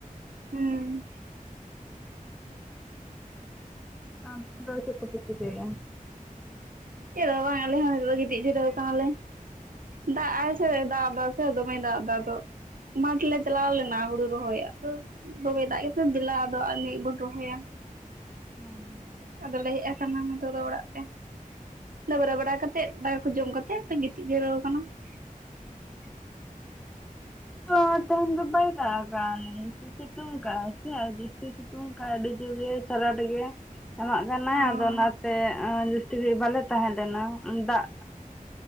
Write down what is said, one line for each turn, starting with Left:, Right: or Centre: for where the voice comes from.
Right: ᱦᱩᱸ᱾
Centre: ᱟᱢ ᱫᱚ ᱪᱮᱫᱽ ᱠᱚ ᱯᱮ ᱪᱤᱠᱟᱹᱭᱮᱜ-ᱟ?
Right: ᱪᱮᱫᱽ ᱦᱚᱸ ᱵᱟᱝ ᱟᱞᱮ ᱦᱚᱸ ᱱᱤᱛᱚᱜ ᱫᱚ ᱜᱤᱛᱤᱡ ᱡᱤᱨᱟᱹᱣ ᱟᱠᱟᱱᱟᱞᱮ᱾ ᱫᱟᱜ ᱟᱭ ᱥᱮ ᱫᱟᱜ ᱮᱫᱟ ᱥᱮ ᱫᱚᱢᱮᱭ ᱫᱟᱜ ᱫᱟ ᱟᱫᱚ ᱢᱟᱴᱷ ᱞᱮ ᱪᱟᱞᱟᱣ ᱞᱮᱱᱟ ᱦᱩᱲᱩ ᱨᱚᱦᱚᱭ᱾ ᱫᱚᱢᱮ ᱫᱟᱜ <unintelligible> ᱫᱮᱞᱟ ᱟᱫᱚ ᱟᱱᱤᱜ ᱵᱚᱱ ᱨᱚᱦᱚᱭᱟ᱾
Centre: <inaudible>
Right: ᱟᱫᱚᱞᱮ ᱦᱮᱡ ᱟᱠᱟᱱᱟ ᱱᱤᱛᱚᱜ ᱫᱚ ᱚᱲᱟᱜ ᱛᱮ, ᱰᱟᱹᱵᱨᱟᱹ ᱵᱟᱲᱟ ᱠᱟᱛᱮ ᱫᱟᱠᱟ ᱠᱚ ᱡᱚᱢ ᱠᱟᱛᱮ ᱜᱤᱛᱤᱡ ᱡᱟᱹᱨᱟᱹᱣ ᱟᱠᱟᱱᱟ᱾ <inaudible>
Centre: <unintelligible> ᱛᱮᱦᱮᱧ ᱫᱚ ᱵᱟᱭ ᱫᱟᱜ ᱫᱟ ᱥᱤᱛᱩᱝ ᱠᱟᱜ ᱟᱭ <unintelligible> ᱡᱟᱥᱛᱤ ᱥᱤᱛᱩᱝ ᱠᱟᱜ-ᱟᱭ ᱟᱹᱰᱤ ᱡᱩᱨ ᱜᱮ ᱪᱟᱨᱟᱴ ᱜᱮ᱾ ᱮᱢᱟᱜ ᱠᱟᱱᱟᱭ
Right: ᱦᱩᱸ
Centre: ᱟᱫᱚ ᱚᱱᱟᱛᱮ ᱡᱟᱥᱛᱤ ᱜᱷᱟᱲᱤᱡ ᱵᱟᱞᱮ ᱛᱟᱦᱮᱸᱞᱮᱱᱟ, ᱫᱟᱜ